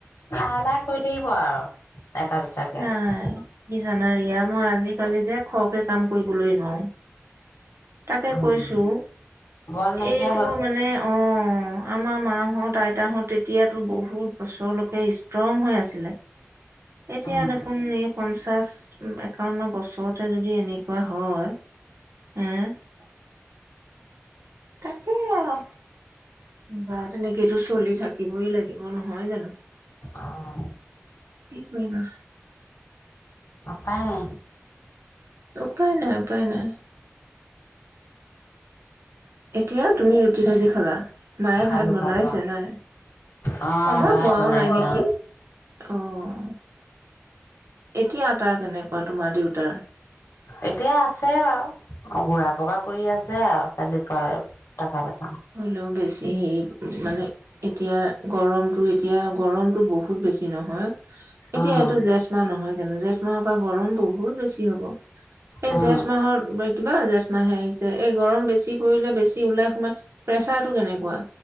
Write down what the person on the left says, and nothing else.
লাহে লাহে কৰি থাকিব আৰু এটা দুটাকে
উম,
বল নাইকিয়া
হ'ল
উম,
অ',
<unintelligible> নাই।
খালো
খালো অ'।
অ
ভাত
বনাইছে
অ
এতিয়া আছে <unintelligible>
উম
উম